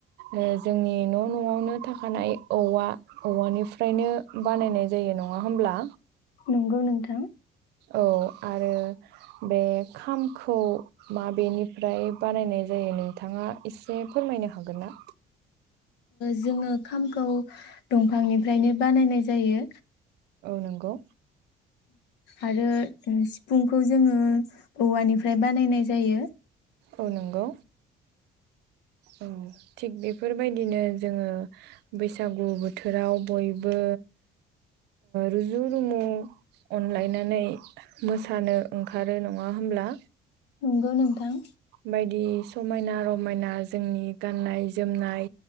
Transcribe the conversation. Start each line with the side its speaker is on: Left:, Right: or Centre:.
Right: जोंनि न' न'आवनो थाखानाय औवा औवानिफ्रायनो बानायनाय जायो नङा होमब्ला।
Left: नंगौ नोंथां थां
Right: औ आरो बे खामखौ माबेनिफ्राय बानायनाय जायो नोंथाङा एसे फोरमायनो हागोन ना।
Left: जोङो खामखौ दंफांनिफ्रायनो बानायनाय जायो।
Right: औ नंगौ
Left: आरो सिफुंखौ जोङो औवानिफ्राय बानायनाय जायो
Right: औ नंगौ औ थिग बेफोरबायदिनो जोङो बैसागु बोथोराव बयबो रुजु रुमु अनलायनानै मोसानो ओंखारो नङा होमब्ला।
Left: नंगौ नोंथां
Right: बायदि समायना रमायना जोंनि गाननाय जोमनाय